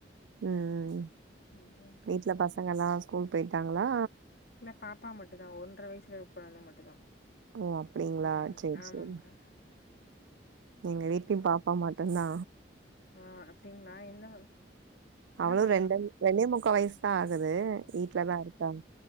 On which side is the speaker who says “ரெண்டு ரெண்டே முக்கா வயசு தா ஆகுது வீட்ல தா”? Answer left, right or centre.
Right